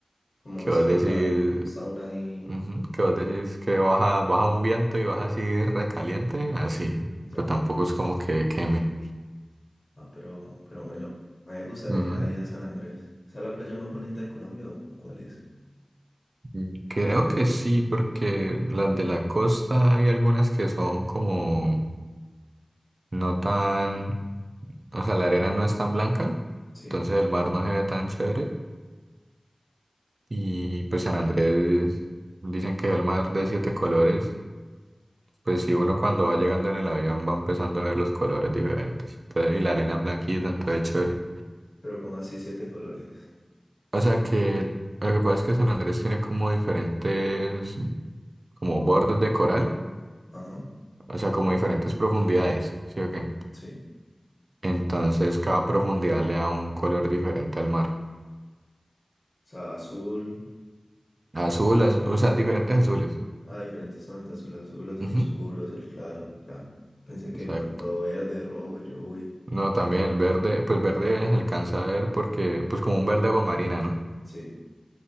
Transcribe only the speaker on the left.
Como
un sauna,
como un sauna ahí,
ya.
Ah, pero, pero Melo, a mí me gustaría
ir ahí a San Andrés. ¿Esa es la playa más bonita de Colombia o, o cuál es?
Sí,
pero como así siete colores.
Ajá,
sí. O
sea, azul, eh,
Ah, diferentes zonas de azul, azul, azul
oscuro, azul claro, ya. Pensé que
de pronto verde, rojo, y yo, uy.
Ah, también,
sí.